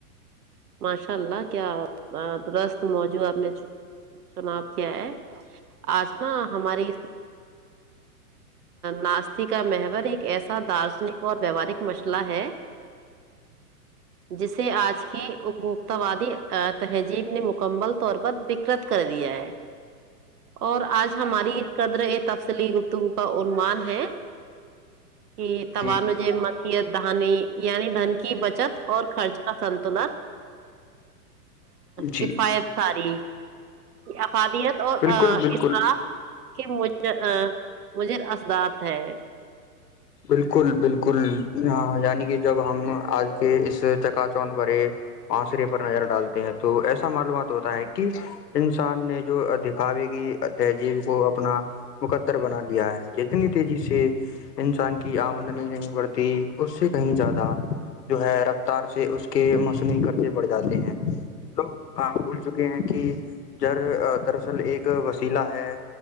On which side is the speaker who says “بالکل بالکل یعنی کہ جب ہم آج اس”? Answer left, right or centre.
Left